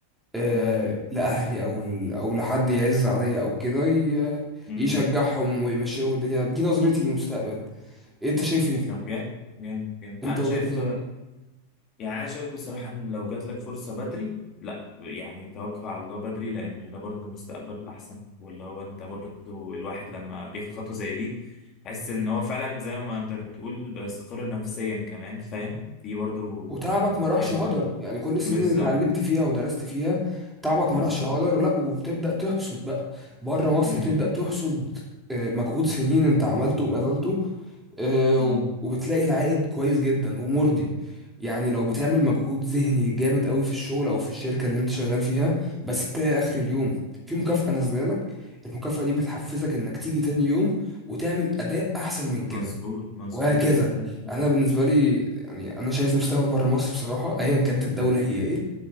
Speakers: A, in the centre; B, on the left.
A: آه،
B: امم
A: لاهلي او ل- او لحد يعز عليا او كده ي-
B: أمم.
A: يشجعهم ويمشي لهم الدنيا دي نظرتي للمستقبل إيه، انت شايف ايه
B: طب جامد جامد جامد
A: انت
B: انا
A: وجهة
B: شايف
A: نظرك
B: يعني انا شايف بصراحه ان لو جات لك فرصه بدري لا يعني توقع على الله بدري لان ده برضه مستقبل احسن واللي هو انت برضه الواحد لما بياخد خطوه زي دي حس ان هو فعلا زي ما انت بتقول بيستقر نفسيا كمان فاهم دي برضه
A: وتعبك
B: يعني
A: ما راحش
B: كلمه
A: هدر يعني كل السنين
B: بالظبط
A: اللي اتعلمت فيها ودرست فيها تعبك
B: بالظبط
A: ما راحش هدر لا وبتبدأ تحصد بقى بره مصر
B: امم
A: تبدأ تحصد آه، مجهود سنين انت عملته وبذلته آه،
B: امم
A: و- وبتلاقي العائد كويس جدا ومرضي يعني
B: امم
A: لو بتعمل مجهود ذهني جامد قوي في الشغل او في الشركة اللي انت شغال فيها بس بتلاقي اخر اليوم في مكافأة نازله لك المكافأة دي بتحفزك انك تيجي تاني يوم وتعمل اداء احسن من كده
B: مظبوط مظبوط
A: وهكذا
B: صح لا فعلا
A: انا بالنسبه لي يعني انا شايف مستقبل بره مصر بصراحه ايا كانت الدوله هي ايه